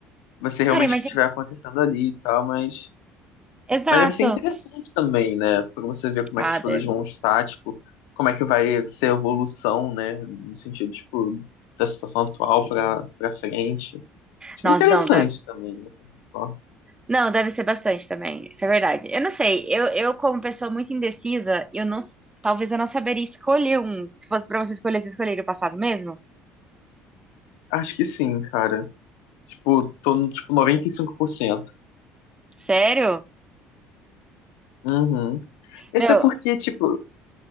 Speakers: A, on the left; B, on the right.
A: vai ser realmente
B: Cara, imagina.
A: o que estiver acontecendo ali e tal, mas,
B: Exato.
A: mas deve ser interessante também, né? Pra você ver como
B: Ah,
A: é que as coisas
B: deve.
A: vão estar, tipo, como é que vai ser a evolução, né? No sentido, tipo, da situação atual pra, pra frente. Acho
B: Nossa,
A: que é interessante
B: não,
A: também, de uma certa forma.
B: Não, deve ser bastante também. Isso é verdade. Eu não sei. Eu, eu como pessoa muito indecisa, eu não, talvez eu não saberia escolher um. Se fosse pra você escolher, você escolheria o passado mesmo?
A: Acho que sim, cara. Tipo, tô no, tipo, 95%.
B: Sério?
A: Uhum. E
B: Meu,
A: Até porque, tipo...